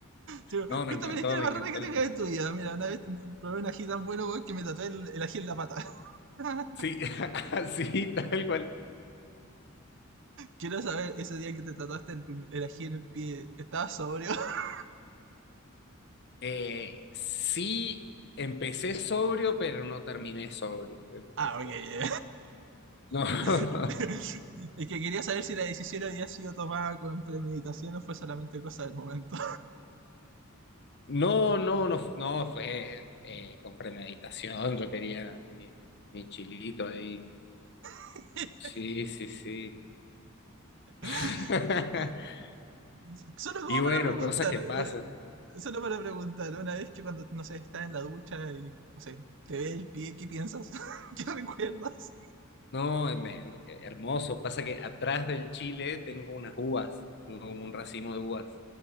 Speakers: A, on the right; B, on the left.
A: Sí,
B: No, me
A: Cuéntame
B: encantó,
A: la historia
B: me
A: más
B: encantó.
A: rara que tengas
B: el-
A: de tu vida. Mira, una vez probé un ají tan bueno weón, que me tatué el, el ají en la pata. <laughs>
B: Sí, <laughs> así, tal cual.
A: Quiero saber, ese día que te tatuaste el, el ají en el pie, ¿estabas sobrio? <laughs>
B: Eh, sí, empecé sobrio, pero no terminé sobrio el
A: Ah,
B: tatuaje.
A: ok, ya.
B: No, <laughs>
A: <laughs> Es que quería saber si la decisión había sido tomada con premeditación o fue solamente cosa del momento.
B: no, no, no, fu- no fue eh, con premeditación. Yo quería mi, mi chilito ahí.
A: <laughs>
B: Sí, sí, sí.
A: <laughs>
B: <laughs>
A: Solo como
B: Y bueno,
A: para preguntar,
B: cosas que pasan.
A: una- solo para preguntar, una vez que cuando, no sé, estás en la ducha y, no sé, te ve el pie, ¿qué piensas? <laughs> ¿Qué recuerdas?
B: No, me- hermoso. Pasa que atrás del chile tengo unas uvas, tengo como un racimo de uvas.